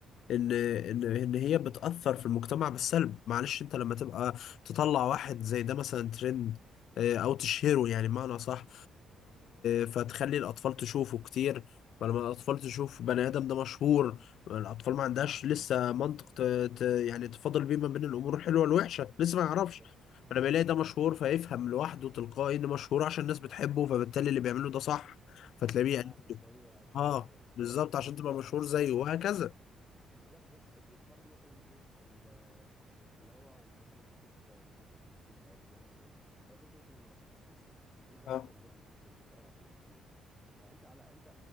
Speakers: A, on the left; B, in the centre.
A: ان ان ان هي بتاثر في المجتمع بالسلب معلش انت لما تبقى تطلع واحد زي ده مثلا ترند آه، او تشهره يعني معنى صح فتخلي الاطفال تشوفه كتير فلما الأطفال تشوف بني آدم ده مشهور الأطفال ما عندهاش لسه منطق ت... ت... يعني تفاضل بيه ما بين الأمور الحلوة والوحشة لسه ما يعرفش
B: بالظبط بالظبط
A: فلما بيلاقي ده مشهور فيفهم لوحده تلقائي إن مشهور عشان الناس بتحبه فبالتالي اللي بيعمله ده صح فتلاقيه
B: فانا
A: يعني
B: اعمل زيه عشان
A: آه
B: ابقى مشهور
A: بالظبط
B: زيه والناس
A: عشان
B: تحبني
A: تبقى مشهور زيه
B: والكلام
A: وهكذا
B: ده كله بالظبط نفس فكره برضو مثلا ايه ال- اللي هو انت مثلا بتشوف مثلا في التلفزيون في الافلام مثلا لو شفت مثلا رقاصه مثلا وانت قاعد
A: اه
B: جنب ابنك مثلا بيتفرج على التلفزيون فانت على انت